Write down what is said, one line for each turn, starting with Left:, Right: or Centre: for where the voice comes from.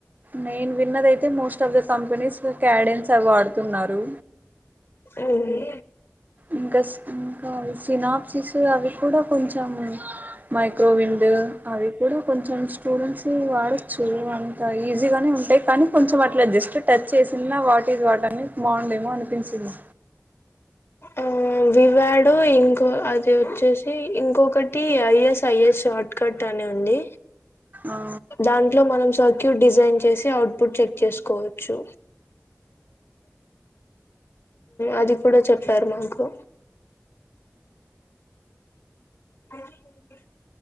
Right: నేను విన్నదై అయితే most of the companies Cadence అ వాడుతున్నారు.
Left: ఏంటి
Right: ఇంకాస్ ఇంకావు ఫినాప్సిస్ అవి కూడా కొంచెం మైక్రోవిండ్ అవి కూడా కొంచెం స్టూడెంట్స్ వాడొచ్చు అంత ఈజీగానే ఉంటాయి కానీ కొంచెం అ ఇట్లా జస్ట్ టచ్ చేసిన్న వాటి ఈజ్ వాట్ అని బావుండేమో అనిపించింది.
Left: ఆ వివాడో ఇంకో అది వచ్చేసి ఇంకొకటి ఐఎస్ ఐఎస్ షార్ట్కట్ అని నుండి
Right: ఆ
Left: దాంట్లో మనం సర్క్యూట్ డిజైన్ చేసి అఔట్పుట్ చెక్ చేసుకోవచ్చు. అది కూడా చెప్ తర్మాకు అయింది